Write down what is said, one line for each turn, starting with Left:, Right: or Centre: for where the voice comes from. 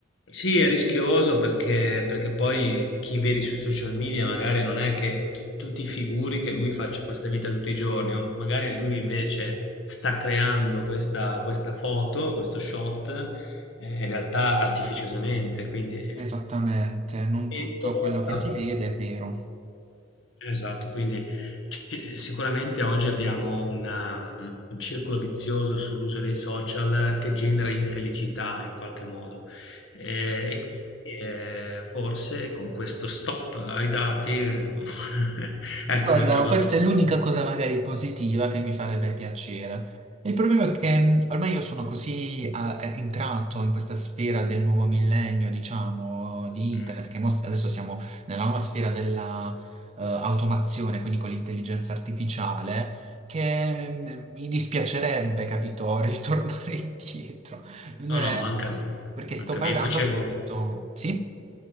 Left: Sì, è rischioso perché, perché poi chi vedi sui social media magari non è che tu, tu ti figuri che lui faccia questa vita tutti i giorni, o magari lui invece sta creando questa, questa foto, questo shot, eh, in realtà artificiosamente, quindi eh,
Right: Esattamente, non
Left: Mentola,
Right: tutto quello che
Left: la-
Right: si vede è vero.
Left: Esatto, quindi ci- sicuramente oggi abbiamo una, un circolo vizioso sull'uso dei social che genera infelicità in qualche modo. Eh, e quindi eh, forse con questo stop ai dati, eh, <laughs> ecco,
Right: Guarda,
Left: abbiamo trovato...
Right: questa è l'unica cosa magari positiva che mi farebbe piacere. Il problema è che mh, ormai io sono così ah, eh, entrato in questa sfera del nuovo millennio, diciamo, di
Left: mm,
Right: internet, che mos- adesso siamo nella nuova sfera della eh, automazione, quindi con l'intelligenza artificiale, che mh, mi dispiacerebbe, capito, <laughs> ritornare indietro. Eh,
Left: No, no, manca a me,
Right: perché
Left: manca
Right: sto basando
Left: a me. Io facevo...
Right: appunto... Sì?